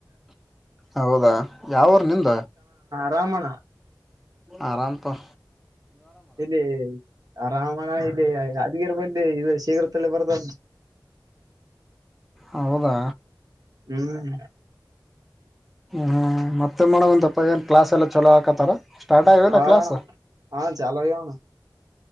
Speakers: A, in the centre; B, on the right.
A: ಹೌದಾ ಯಾವ ಊರ ನಿಂದ
B: ರಮಣ
A: ಆರಾಮ ಪ
B: ಇಲ್ಲಿ ರಾಮಣ ಇಲ್ಲಿ ಯದ್ಗಿರ್ ಬಲಿ ಇ ಇದು ಶೀಘ್ರದಲ್ಲೇ ಬರ್ದ
A: ಹೌದಾ
B: ಹ್ಮ್
A: ಹ ಮತ್ತೆ ಏನಮಾಡಮ್ ಅಂದಪ್ಪಾ ಏನ್ ಕ್ಲಾಸ್ ಎಲ್ಲ ಚಲೋ ಹಾಕತ್ತಾರ ಸ್ಟಾರ್ಟ್ ಆಗಲ್ಲ
B: ಹಾ
A: ಕ್ಲಾಸ್
B: ಹಾ ಚಾಲೋ ಆಗ್ಯವಣ